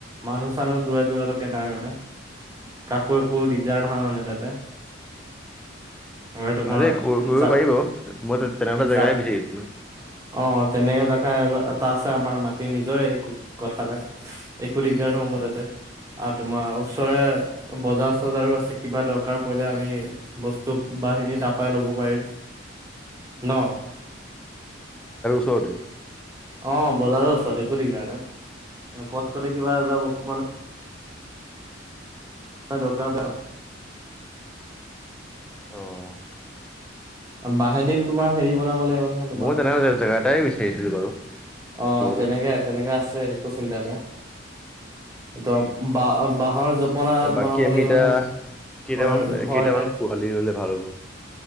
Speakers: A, on the right; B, in the centre.
A: মানুহ চানুহ দূৰ দূৰলৈকে নাই মানে। কাকো একো দিগদাৰ নহয় মানে তাতে।
B: <unintelligible>
A: হয় তোমাৰ
B: ভালেই ক কৰিব
A: অ <unintelligible>
B: পাৰি বাৰু মই তেনেকুৱা জেগাই বিচাৰি আছিলোঁ।
A: তেনেকে দে আৰু। এটা আছে আমাৰ মাটিৰ নিজৰে একো কথা নাই, একো দিগদাৰ নহব তাতে। আৰু তোমাৰ ওচৰে বজাৰ চজাৰো আছে। কিবা দৰকাৰ পৰিলে আমি বস্তু, বাহিনি তাৰ পৰাই ল'ব পাৰিম ন।
B: থ'ড <unintelligible>
A: অঁ বজাৰৰ ওচৰত একো ডিগদাৰ নাই। পথ কট কিবা এটা বস্তু মানে কা <unintelligible> আৰু তোমাৰ,
B: অ',
A: বাহেদি তোমাৰ হেৰি বনাব লাগিব, নহয় তোমাৰ
B: মই তেনে জেগাটাই বিচাৰিছিলো বাৰু।
A: অঁ
B: ক'বলৈ।
A: তেনেকে তেনেকা আছে, একো চিন্তা নাই। ত বাঁ বাঁহৰ জপনা
B: বাকী
A: বনাব
B: আমি
A: লাগিব
B: এতিয়া
A: নহয়,
B: কেইটামান
A: ঘৰ ঘৰ
B: কেইটামান
A: টাইপ।
B: পোৱালি ল'লে ভাল হ'ব।